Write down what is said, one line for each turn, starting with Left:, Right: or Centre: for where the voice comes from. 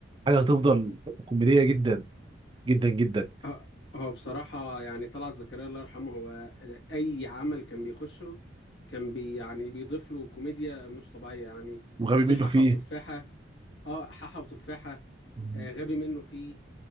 Right: حاجة هتفضل كوميدية جدا جدا جدا
Left: هو هو بصراحة يعني طلعت زكريا الله يرحمه هو أي عمل كان بيخشه كان بي يعني بيضيف له كوميديا مش طبيعية يعني
Right: وغبي
Left: في
Right: منه
Left: حاحة
Right: فيه
Left: وتفاحة اه حاحة وتفاحة
Right: مم.
Left: آه غبي منه فيه